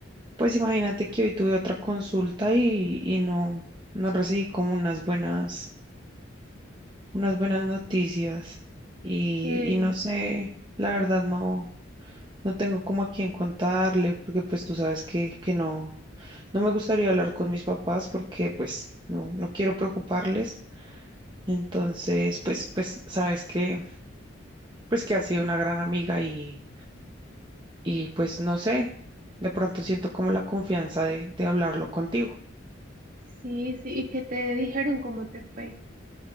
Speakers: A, on the right; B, on the right.
A: Pues imagínate que hoy tuve otra consulta y, y no, no recibí como unas buenas, unas buenas noticias. Y,
B: que
A: y no sé, la verdad no, no tengo como a quién contarle, porque pues tú sabes que, que no, no me gustaría hablar con mis papás porque pues no, no quiero preocuparles. Entonces, pues, pues sabes que, pues que ha sido una gran amiga y, y pues no sé, de pronto siento como la confianza de, de hablarlo contigo.
B: Sí, sí, y qué te dijeron cómo te fue.